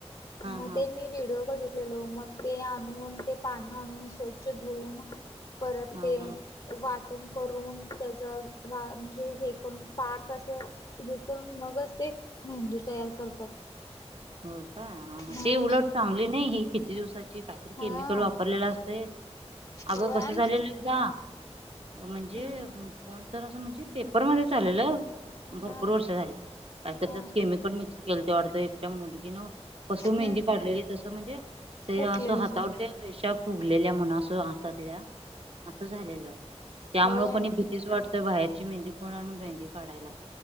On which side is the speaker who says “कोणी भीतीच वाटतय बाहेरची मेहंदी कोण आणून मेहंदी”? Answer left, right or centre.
Right